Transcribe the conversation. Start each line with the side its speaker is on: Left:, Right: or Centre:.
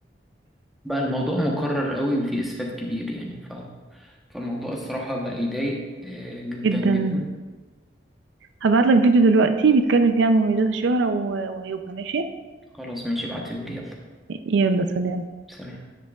Centre: بقى الموضوع مكرر قوي وفي إسفاف كبير يعني ف... فالموضوع الصراحة بقى يضايق آه، جدا
Right: جدا
Centre: جدا
Right: هبعتلك فيديو دلوقتي بيتكلم فيه عن مميزات الشهرة و- وعيوبها ماشي
Centre: خلاص ماشي ابعتيهولي يلا
Right: يلا سلام
Centre: سلام